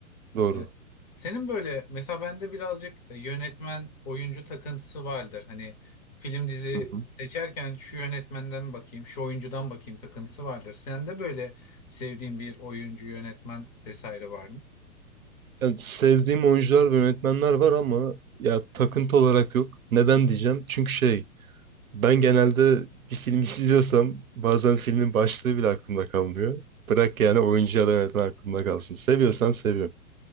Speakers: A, on the right (about 75°); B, on the left (about 30°).
A: Doğru.
B: Ee, senin böyle mesela bende birazcık e, yönetmen oyuncu takıntısı vardır. Hani film dizi
A: Hı hı.
B: seçerken şu yönetmenden bakayım, şu oyuncudan bakayım takıntısı vardır. Sende böyle sevdiğin bir oyuncu, yönetmen vesaire var mı?
A: Yani sevdiğim oyuncular ve yönetmenler var ama ya takıntı olarak yok. Neden diyeceğim? Çünkü şey Ben genelde bir film <laughs> izliyorsam bazen filmin başlığı bile aklımda kalmıyor. Bırak yani oyuncu ya da yönetmen aklımda kalsın. Seviyorsam seviyorum.